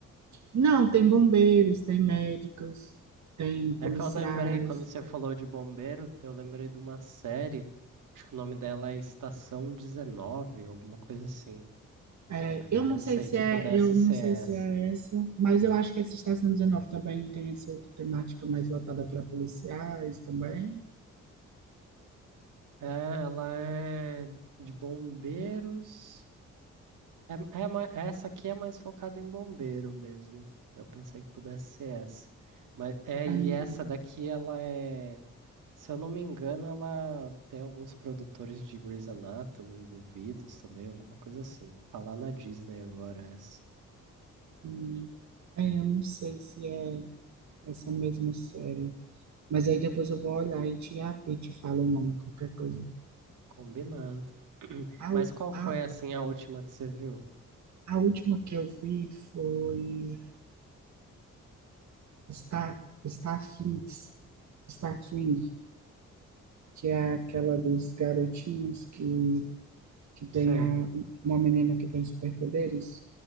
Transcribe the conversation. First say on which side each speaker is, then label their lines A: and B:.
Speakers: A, on the right (about 65°); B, on the right (about 85°).
A: Não, tem bombeiros, tem médicos, tem policiais.
B: É que eu lembrei, quando você falou de bombeiro, eu lembrei de uma série, acho que o nome dela é Estação Dezenove, alguma coisa assim.
A: É,
B: Aí
A: eu
B: eu pensei
A: não sei se
B: que
A: é,
B: pudesse
A: eu não
B: ser
A: sei
B: essa.
A: se é essa, mas eu acho que essa Estação dezenove também tem essa outra temática mais voltada para policiais também.
B: É, ela é de bombeiros, É, é, ma- essa aqui é mais focada em bombeiro mesmo. Eu pensei que pudesse ser essa. Mas é,
A: Ah,
B: e essa daqui, ela é, se eu não me engano, ela tem alguns produtores de Grey's Anatomy envolvidos também, alguma coisa assim. Tá lá na Disney agora essa.
A: hum, é, eu não sei se é essa mesma série. Mas aí depois eu vou olhar e te, a- e te falo o nome, qualquer coisa.
B: Combinado. <clears throat>
A: Au-
B: Mas qual
A: au-
B: foi assim a última que você viu?
A: A última que eu vi foi Star, Star Things, Star Swing, que é aquela dos garotinhos que, que tem
B: Sei.
A: a, uma menina que tem superpoderes.